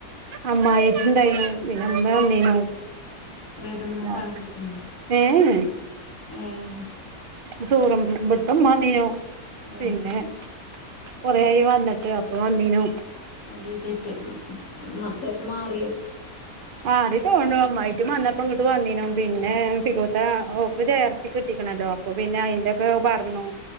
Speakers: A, on the right; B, on the left.
A: അമ്മായിട്ടും ഇണ്ടായിനു. പിന്നെ ഇമ്മ വന്നിനു.
B: ഏതമ്മ
A: <inaudible>
B: തണകുത്തിട്ടമ്മ
A: ഏഹ് ഏഹ്
B: ഏഹ്
A: ഇജ് ചോറ് വെൾമ്പ് ഇബെട്ത്തെ ഇമ്മ വന്നിനു
B: ഏഹ്
A: പിന്നെ കൊറെ ആയി വന്ന്ട്ട് അപ്പ വന്നിനു
B: എന്തെയ് തെറ്റ് മ് മത്തെക്ക്മാർ
A: മാറി തോണു അമ്മായിക്ക്
B: മാറി
A: മന്ന ഇപ്പം ഇങ്ങെട്ട് വന്നിനു പിന്നെ ഫിലുത്താ ഓക്ക് ജെ ആറ് സി കിട്ടിക്ക്ണല്ലോ അപ്പൊ പിന്നെ അയ്ന്റെ ക്ക് അഹ് പർണു